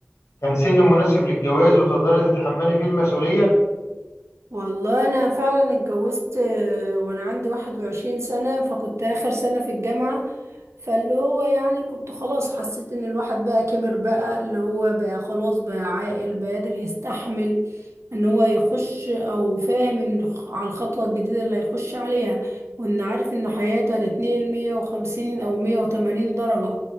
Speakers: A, on the left; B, on the right.
A: كان سن مناسب للجواز وتقدري تتحملي فيه المسؤولية
B: والله انا فعلا اتجوزت آه، وانا عندي 21 سنة فكنت اخر سنة في الجامعة فاللي هو يعني كنت خلاص حسيت ان الواحد بقى كبر بقى اللي هو بقى خلاص بقى عاقل بقى قادر يستحمل ان هو يخش او فاهم ان خ- على الخطوة الجديدة اللي هيخش عليها وان عارف ان حياته هتتنقل 150 او 180 درجة